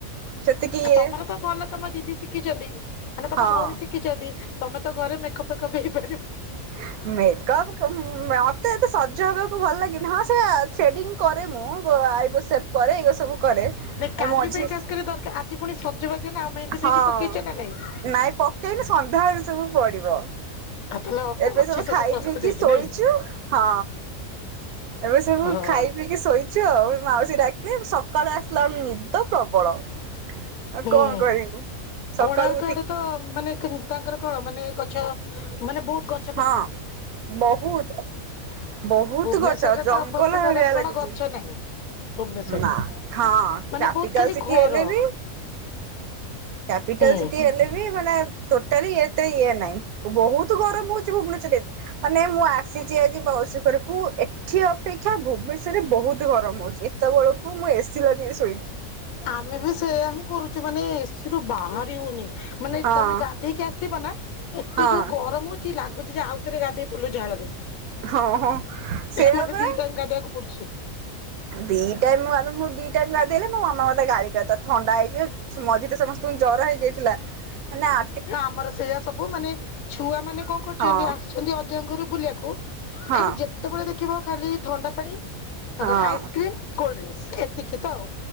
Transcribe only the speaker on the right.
ସେତିକି ଇଏ
ହଁ।
ଆ ମେକଅପ୍ ମତେ ଏତେ ସଜ ହବାକୁ ଭଲ ଲାଗନି ହଁ ସେ ସେଡ଼ିଙ୍ଗ କରେ ମୁଁ ଆଇବୋ ସେଭ୍ କରେ ଏଇଗ ସବୁ କରେ।
ଏ
ମଝି
ହଁ
ନାଇଁ ପକେଇନି ସନ୍ଧ୍ୟାବେଳକୁ ସବୁ ପଡିବ।
ଏବେ
ସବୁ ଖାଇ
ପିଇକି
ଶୋଇଛୁ
ହଁ। ଏବେ ସବୁ
ଖାଇ ପିଇକି ଶୋଇ ଛୁ ଆଉ ମାଉସୀ ଡାକିଲେ ସକାଳୁ ଆସିଲା ବେଳୁ ନିଦ ପ୍ରବଳ। ଆଉ
କଣ କରିବୁ ସକାଳୁ
ଉଠିକି
ହଁ ବହୁତ। ବହୁତ
ଗଛ ଜଙ୍ଗଲ
ଭଳିଆ
ଲାଗୁଛି।
ନା ହଁ
କ୍ୟାପିଟାଲ
ସିଟି
ହେଲେ ବି କ୍ୟାପିଟାଲ
ସିଟି ହେଲେ ବି ମାନେ ଟୋଟାଲି ଏତେ ଇଏ ନାହିଁ ବହୁତ ଗରମ ହଉଛି ଭୁବନେଶ୍ଵରରେ। ମାନେ ମୁଁ ଆସିଛି ଆଜି ମାଉସୀ ଘରକୁୁ ଏଠି ଅପେକ୍ଷା ଭୁବନେଶ୍ଵରରେ ବହୁତ ଗରମ ହଉଛି ଏତ୍ ଏତେ ବେଳକୁ ମୁଁ ଏସି ଲଗେଇକି ସୋ
ହଁ
ହଁ
ହଁ ହଁ ସେଇଆ
ପରା
ଦି ଟାଇମ ମୁଁ ଦି ଟାଇମ ଗାଧେଇଲେ ମୋ ମାମା ମତେ ଗାଳି କରିଦବ ଥଣ୍ଡା ହେଇଯିବ। ମଝିରେ ସମସ୍ତଙ୍କୁ ଜର ହେଇଯାଇଥିଲା ମାନେ ଆ
ହଁ
ହଁ।
ହଁ